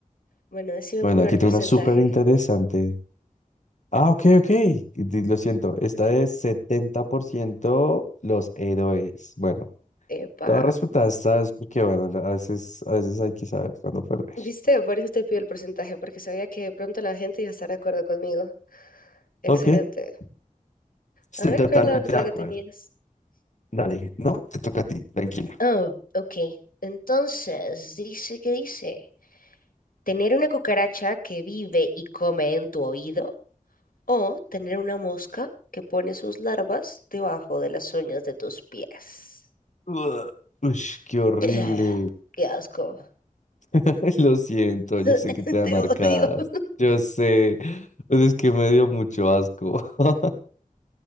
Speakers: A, on the left; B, on the left.
A: Bueno, decime
B: Bueno,
A: primero
B: aquí
A: el
B: tengo
A: porcentaje.
B: una súper interesante. Ah, ok, ok. y di- Lo siento, esta es 70% los héroes. Bueno,
A: Epa.
B: te voy a respetar estas porque, bueno, la- a veces, a veces hay que saber cuándo perder.
A: ¿Viste? Por eso te pido el porcentaje, porque sabía que de pronto la gente iba a estar de acuerdo conmigo. Excelente.
B: Ok, estoy
A: A ver,
B: totalmente
A: ¿cuál es la otra
B: de acuerdo.
A: que tenías?
B: Dale, no, te toca a ti, tranquila.
A: Oh, ok. Entonces, dice que dice, tener una cucaracha que vive y come en tu oído o tener una mosca que pone sus larvas debajo de las uñas de tus pies.
B: Ugh, ush, qué
A: <clears throat>
B: horrible.
A: <sighs> Qué asco.
B: <laughs> Lo siento, yo sé
A: <laughs>
B: que te dan
A: Te
B: arcadas.
A: odio.
B: Yo sé, pues es que me dio mucho asco. <laughs>